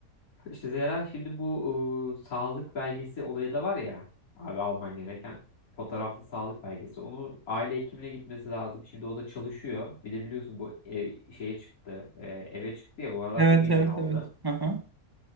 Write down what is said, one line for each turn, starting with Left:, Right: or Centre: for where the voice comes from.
Left: İşte Zehra şimdi bu e, sağlık belgesi olayı da var ya abi alman gereken fotoğraflı sağlık belgesi. Onu aile hekimine gitmesi lazım. Şimdi o da çalışıyor. Bir de biliyorsun bu e, şeye çıktı. e, eve çıktı ya bu aralar
Right: Evet,
Left: çok izin
Right: evet,
Left: aldı.
Right: evet. Aha.